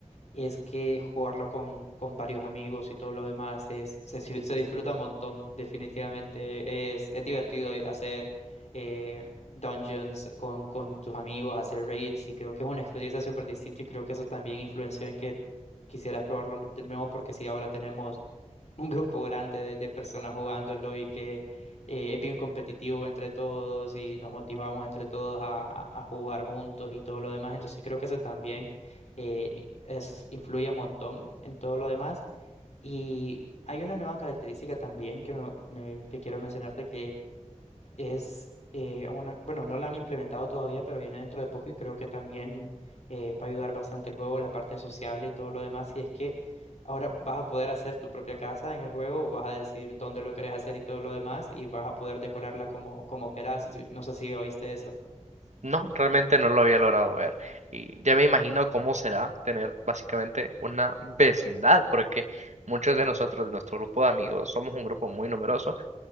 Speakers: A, on the left; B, on the right.
A: es que jugarlo con, con varios amigos y todo lo demás es, se, si- se disfruta un montón, definitivamente. Es, es divertido hacer eh, dungeons con, con tus amigos, hacer raids, y creo que es una experiencia súper distinta y creo que eso también influenció en que quisieras probarlo de nuevo porque sí, ahora tenemos un grupo grande de, de personas jugándolo y que eh, es bien competitivo entre todos y nos motivamos entre todos a, a- a jugar juntos y todo lo demás. Entonces creo que eso también eh, es, influye un montón en todo lo demás. Y hay una nueva característica también que, me- me- que quiero mencionarte es eh, una, bueno, no la han implementado todavía, pero viene dentro de poco y creo que también eh, va a ayudar bastante el juego en la parte sociable y todo lo demás. Y es que ahora vas a poder hacer tu propia casa en el juego, vas a decidir dónde lo querés hacer y todo lo demás, y vas a poder decorarla como, como querás. Sí, No sé si oíste eso.
B: No, realmente no lo había logrado ver, y ya me imagino cómo será tener básicamente una vecindad, porque muchos de nosotros, de nuestro grupo de amigos, somos un grupo muy numeroso,